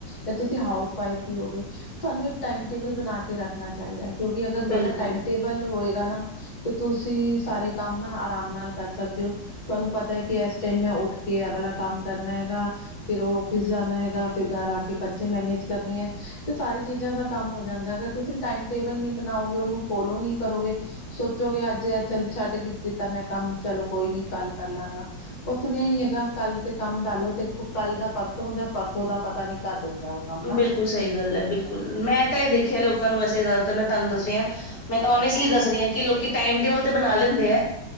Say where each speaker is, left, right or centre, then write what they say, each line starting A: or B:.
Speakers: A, on the left; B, on the left.
A: ਯਾ ਤੁਸੀਂ ਹਾਊਸ ਵਾਈਫ ਵੀ ਹੋ ਵਿੱਚ ਤੁਹਾਨੂੰ ਇੱਕ ਟਾਈਮ ਟੇਬਲ ਬਨਾਕੇ ਰੱਖਣਾ ਚਾਹੀਦਾ ਹੈ, ਕਿਉਂਕਿ ਅਗਰ ਤੁਹਾਡਾ
B: ਬਿਲਕੁਲ
A: ਟਾਈਮ ਟੇਬਲ ਹੋਏ ਨਾ ਕਿ, ਤੁਸੀਂ ਸਾਰੇ ਕੰਮ ਨਾ ਆਰਾਮ ਨਾਲ ਕਰ ਸਕਦੇ ਹੋ, ਤੁਹਾਨੂੰ ਪਤਾ ਹੈ ਕਿ, ਇਸ ਟਾਈਮ ਮੈਂ ਉੱਠ ਕੇ, ਐ ਵਾਲਾ ਕੰਮ ਕਰਨਾ ਹੈਗਾ, ਫਿਰ ਔਫਿਸ ਜਾਣਾ ਹੈਗਾ ਫਿਰ ਘਾਰ ਆਕੇ, ਬੱਚੇ ਮੈਨੇਜ ਕਰਨੇ ਹੈ, ਤੇ ਸਾਰੀ ਚੀਜ਼ਾਂ ਦਾ ਕੰਮ ਹੋ ਜਾਂਦਾ ਹੇਗਾ, ਅਗਰ ਤੁਸੀਂ ਟਾਈਮ ਟੇਬਲ ਨੀ ਬਣਾਓਗੇ, ਉਹਨੂੰ ਫੋਲੋ ਨਹੀਂ ਕਰੋਗੇ ਸੋਚੋਗੇ ਅੱਜ ਚੱਲ ਛੱਡ ਹਿ ਦਿੱਤਾ ''ਮੈਂ ਕੰਮ ਚਲੋ ਕੋਈ ਨੀ, ਕੱਲ ਕਰ ਲਾਂਗਾ, ਉਹ ਸੁਣਿਆ ਹੀ ਹੈਗਾ ਕੱਲ ਤੇ ਸੰਡਾਲੋ ਤੇ ਕੱਲ ਦਾ ਪਰਸੋਂ ਦਾ, ਪਰਸੋਂ ਦਾ ਪਤਾ ਨੀ ਕਦ ਹੁੰਦਾ ਉਹ ਕੰਮ ਨਾ
B: ਬਿਲਕੁਲ ਸਹੀ ਗਲ ਹੈ। ਬਿਲਕੁਲ! ''ਮੈਂ ਤਾਂ ਇਹ ਦੇਖਿਆ ਲੋਕਾਂ ਨੂੰ ਵੈਸੇ, ਜ਼ਿਆਦਾਤਰ''ਮੈਂ ਤੁਹਾਨੂੰ ਦਸ ਰਹੀ ਆ। ਮੈਂ ਤਾਂਨੂ ਔਨੇਸਟਲੀ ਦੱਸ ਰਹੀ ਹਾਂ, ਕੀ ਲੋਕੀ ਟਾਈਮ ਤੇ ਨੀ, ਹੁਣ ਤੇ ਬਣਾ ਲੈਂਦੇ ਐ।